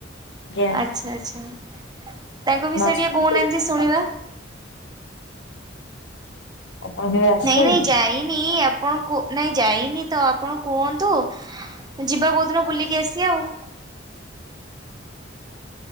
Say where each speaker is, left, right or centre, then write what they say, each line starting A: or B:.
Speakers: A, on the left; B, on the right.
A: ଆଜ୍ଞା
B: ଆଚ୍ଛା ଆଚ୍ଛା ତାଙ୍କ
A: ଆପଣ
B: ବିଷୟ
A: ଆସୁଛନ୍ତି
B: ଟିକେ କହୁନାହାନ୍ତି
A: କେବେ?
B: ଶୁଣିବା।
A: ଆପଣ କେବେ ଆସିଛନ୍ତି?
B: ନାଇଁ ନାଇଁ ଯାଇନି ଆପ୍ ଆପଣ କୁ ନାଇଁ ଯାଇନି ତ ଆପଣ କୁହନ୍ତୁ ଯିବା କୋଉ ଦିନ ବୁଲିକି ଆସିବା ଆଉ।